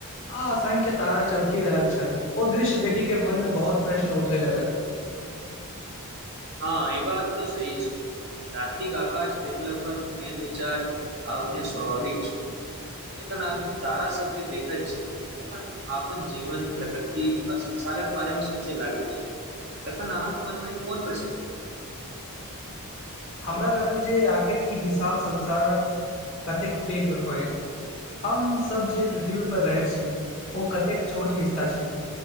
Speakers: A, on the left (about 30°); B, on the right (about 50°).
A: आ असंख्य तारा चमकि रहल छल ओ दृश्य देखे कऽ मन में बहुत प्रश्न उठे लगल
B: हँ ई बात तऽ सहि छै रतििक आकश देखला पर एैन विचार आने स्वभाविक छै जखन आदमी तारा सब के देखैत छै तखन अपनन जीवन प्रकृति आर संसारक बारेमे सोचय लागैत छै तखन आहेके मनमे कोन प्रस्न
A: हमरा लगल जे आखिर ई विशाल संसारक कतेक पैघ होय हमसभ जे पृथ्वी पर रहै छी ओ कतेक छोट हिस्सा छैय